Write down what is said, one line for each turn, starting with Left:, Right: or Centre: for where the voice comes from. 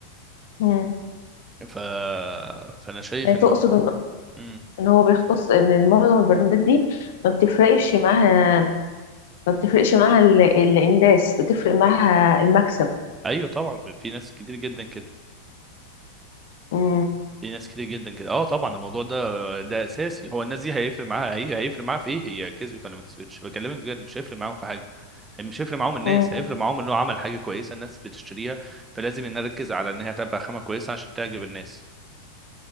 Left: مم.
Right: ف... فانا شايف
Left: آه،
Right: انه
Left: تقصد ان
Right: مم.
Left: إن هو بيختص ان المعظم البراندات دي ما بتفرقش معاها ما بتفرقش معاها ال- ال- الناس بتفرق معاها المكسب
Right: ايوه طبعا في ناس كتير جدا كده
Left: مم.
Right: في ناس كتير جدا كده اه طبعا الموضوع ده ده اساسي هو الناس دي هيفرق معاها هي هيفرق معاها في ايه هي كسبت ولا ما كسبتش بكلمك بجد مش هيفرق معاهم في حاجه يعني مش هيفرق معاهم الناس
Left: مم.
Right: هيفرق معاهم انه عمل حاجه كويسه الناس بتشتريها فلازم إن نركز على ان هي تبقى خامه كويسه عشان تعجب الناس